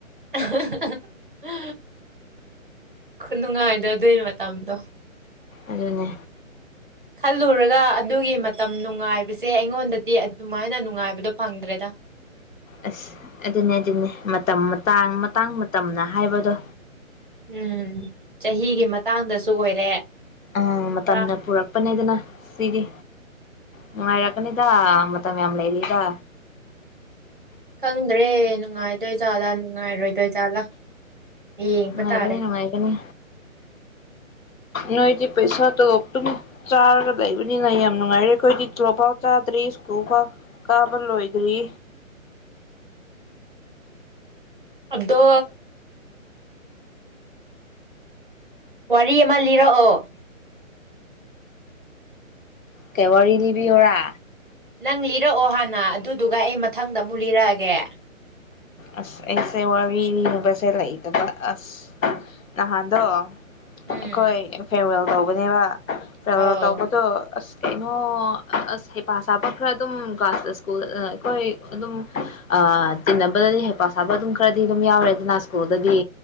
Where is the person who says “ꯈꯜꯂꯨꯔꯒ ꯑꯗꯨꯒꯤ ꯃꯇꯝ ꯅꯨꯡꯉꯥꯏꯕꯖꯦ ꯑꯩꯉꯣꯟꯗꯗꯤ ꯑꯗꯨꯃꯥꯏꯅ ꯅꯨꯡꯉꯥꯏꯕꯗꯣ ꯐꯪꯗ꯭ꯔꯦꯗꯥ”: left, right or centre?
Right